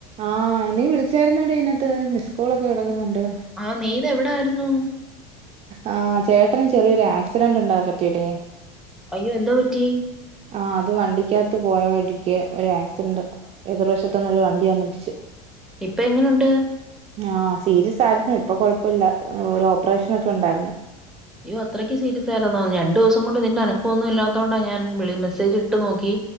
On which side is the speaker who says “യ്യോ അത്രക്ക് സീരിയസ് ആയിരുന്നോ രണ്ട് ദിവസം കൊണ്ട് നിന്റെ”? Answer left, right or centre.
Centre